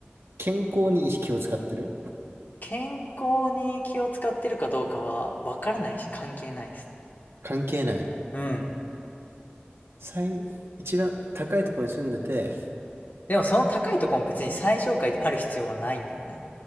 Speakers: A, on the right (about 80°); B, on the left (about 50°).
A: 健康に意識を使ってる
B: 健康に気を使ってるかどうかはわからないし関係ないですね。
A: 関係ない。
B: うん。
A: 最、一番高いところに住んでて、
B: でもその高いとこも別に最上階である必要はないんだよね。